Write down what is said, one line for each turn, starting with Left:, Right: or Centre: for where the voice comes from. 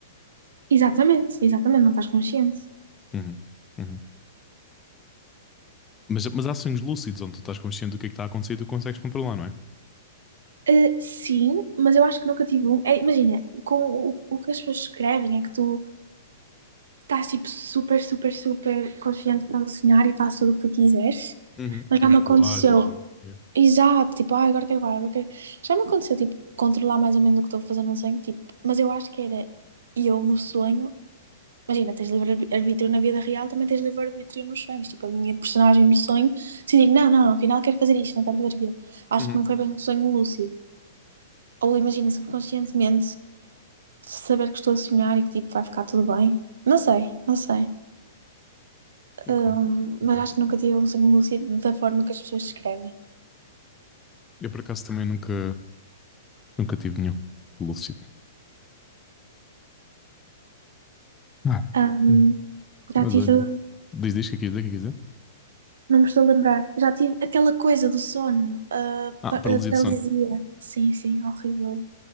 Right: Exatamente, exatamente, não estás consciente.
Left: Uhum, uhum. Mas, mas há sonhos lúcidos onde tu estás consciente do que é que está a acontecer e tu consegues controlar, não é?
Right: Eh, sim, mas eu acho que nunca tive um. É, imagina, com o, o que as pessoas escrevem é que tu estás, tipo, super, super, super confiante que estás a sonhar e fazes tudo o que tu quiseres.
Left: Uhum.
Right: Mas
Left: Tipo
Right: já me aconteceu
Left: voar e. yeah.
Right: Exato, tipo, ah, agora quero guardar, agora quero... Já me aconteceu, tipo, controlar mais ou menos o que estou a fazer num sonho, tipo, mas eu acho que era eu no sonho. Imagina, tens livre-arbítrio na vida real, também tens livre-arbítrio nos sonhos. Tipo, a minha personagem no sonho decidi, não, não, afinal quero fazer isto, não quero fazer aquilo. Acho
Left: Uhum.
Right: que não foi bem um sonho lúcido. Ou imagina, subconscientemente, saber que estou a sonhar e que, tipo, vai ficar tudo bem. Não sei, não sei.
Left: Ok,
Right: Ahm,
Left: ok.
Right: mas acho que nunca tive um sonho lúcido da forma que as pessoas descrevem.
Left: Eu por acaso também nunca, nunca tive nenhum lúcido. Ah.
Right: Ahm,
Left: Hum.
Right: já
Left: Mas
Right: tive.
Left: olha, diz, diz o que é que quis dizer, o que é que quis dizer?
Right: Não me estou a lembrar. Já tive aquela coisa do sono, a,
Left: Ah,
Right: pa-
Left: paralisia
Right: a paralisia.
Left: de sono.
Right: Sim, sim, horrível.